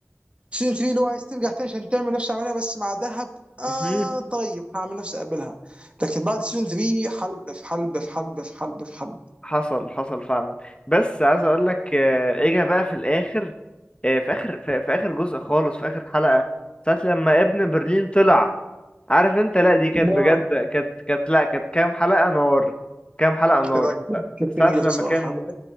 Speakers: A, on the right (about 25°); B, on the left (about 20°).
A: سيزون 3 اللي هو عايز ترجع تاني عشان تعمل نفس العمليه بس مع ذهب اه
B: مم.
A: طيب هعمل نفسي اقبلها لكن بعد سيزون 3 حلب في حلب في حلب في حلب في حلب
B: حصل حصل فعلا بس عايز اقول لك آه، اجا بقى في الاخر آه، في اخر في, في اخر جزء خالص في اخر حلقة ساعة لما ابن برلين طلع عارف انت لا دي كانت
A: لا
B: بجد كانت كانت لا كانت كام حلقة نار كام حلقة نار
A: لا، كانت
B: ساعة
A: جميله الصراحه
B: لما كان